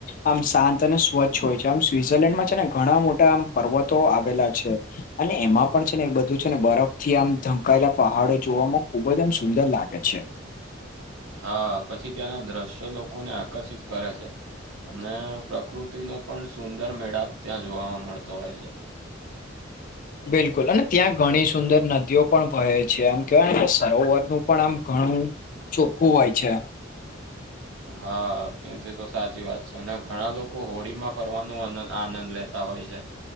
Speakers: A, on the left; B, on the right.
A: આમ શાંત અને સ્વચ્છ હોય છે, આમ સ્વીટઝરલેન્ડમાં છે ને ઘણા મોટા આમ પર્વતો આવેલા છે. અને એમાં પણ છે ને એ બધું છે ને બરફ થી આમ ઢંકાયેલા પહાડો જોવામાં ખુબ જ આમ સુંદર લાગે છે. છે.
B: હા, પછી ત્યાંના દ્રશ્યો લોકોને આકર્ષિત કરે છે. અને પ્રકૃતિનો પણ સુંદર મેળાપ ત્યાં જોવાવામાં મળતો હોય છે.
A: બિલકુલ અને ત્યાં ઘણી સુંદર નદીઓ પણ વહે છે, આમ કેવાય ને કે સરોવરનું પણ આમ ઘણું ચોખ્ખું હોય છે.
B: હા, તે તો સાચી વાત છે અને ઘણા લોકો હોળી માં ફરવાનો આનંદ લેતા હોય છે.